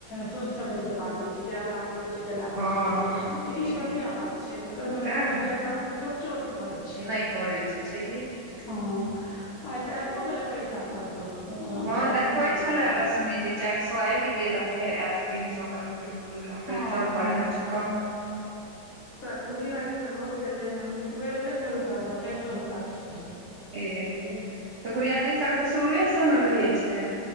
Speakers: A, on the left; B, on the right.
A: सोचि समझके बात जे छै जेना बात करे छै तेना बात
B: हँ
A: करू
B: हँ
A: तऽ ई
B: छै
A: बढ़िया बात छै ओमे
B: तें
A: ओमे
B: ने
A: जादा सोचो नहि पड़ै छै
B: नहि पड़ै छै छैहे की
A: हँ आइ तऽ आबो गेलै पैसा सबके अकाउंट
B: हँ देखबै
A: मे नहि
B: छले
A: एलै हऽ
B: रश्मि जे चारि सए आबि गेल फेर आयत तीन सौ कते क दिन कहलकै हम कहलै
A: हँ
B: चल बढ़िआँ छै कमो
A: बुढ़िया के तऽ बहु एलै हन एकबेर एलै छओ सए सात सए फेर छओ सए सात से एल
B: ए तऽ गुरियादी सब तऽ शुरुएसँ ने रहै छै